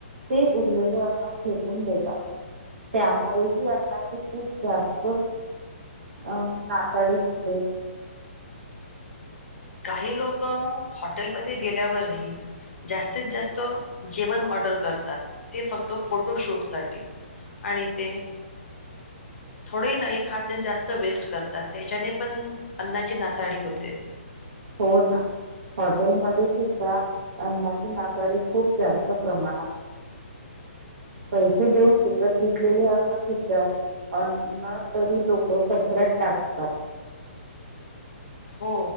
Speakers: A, on the right; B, on the left.
A: ते उरलेले अन्न फेकून देतात त्यामुळे ही अन्ना खूप जास्तच अ नासाडी होते.
B: काही लोक हॉटेलमध्ये गेल्यावर जास्तीत जास्त जेवण ऑर्डर करतात ते फक्त फोटोशूट साठी आणि ते थोडे नाही खात आणि जास्त वेस्ट करतात त्याच्याने पण अन्नाची नासाडी होते.
A: हो ना हॉटेलमध्ये सुद्धा अन्नाचे ना नासाडी खूप जास्त प्रमाणात पैसे देऊन विकत घेतलेले अन्नसुद्धा अन्न तरी लोक कचऱ्यात टाकतात.
B: हो